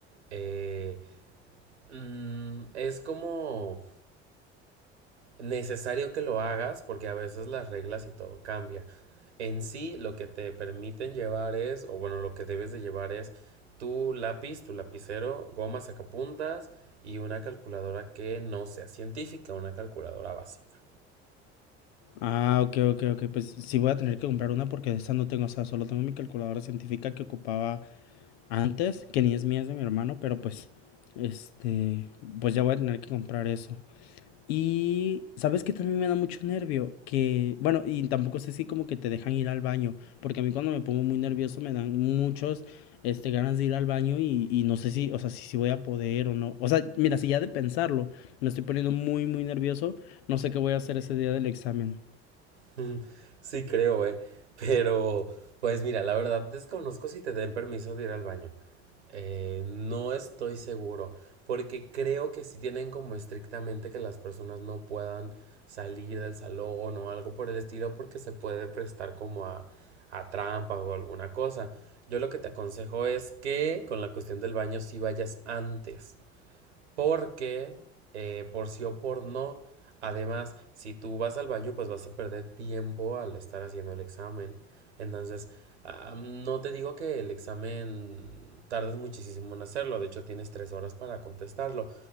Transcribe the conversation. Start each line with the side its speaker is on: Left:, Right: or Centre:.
Right: Eh, mm, es como necesario que lo hagas porque a veces las reglas y todo cambia. En sí, lo que te permiten llevar es, o bueno, lo que debes de llevar es tu lápiz, tu lapicero, goma sacapuntas y una calculadora que no sea científica, una calculadora básica.
Left: Ah, ok, ok, ok, pues sí voy a tener que comprar una porque esa no tengo, o sea, solo tengo mi calculadora científica que ocupaba antes, que ni es mía, es de mi hermano, pero pues, este, pues ya voy a tener que comprar eso. Y sabes que también me da mucho nervio, que, bueno, y tampoco sé si como que te dejan ir al baño, porque a mí cuando me pongo muy nervioso me dan muchos, este, ganas de ir al baño y, y no sé si, o sea, si, si voy a poder o no. O sea, mira, si ya de pensarlo me estoy poniendo muy, muy nervioso, no sé qué voy a hacer ese día del examen.
Right: <laughs> Sí creo, eh. Pero, pues mira, la verdad desconozco si te den permiso de ir al baño. Eh, no estoy seguro, porque creo que sí tienen como estrictamente que las personas no puedan salir del salón o algo por el estilo, porque se puede prestar como a, a trampas o alguna cosa. Yo lo que te aconsejo es que con la cuestión del baño sí vayas antes. Porque, eh, por sí o por no, además, si tú vas al baño, pues vas a perder tiempo al estar haciendo el examen. Entonces, ah, no te digo que el examen tardes muchísimo en hacerlo, de hecho tienes tres horas para contestarlo,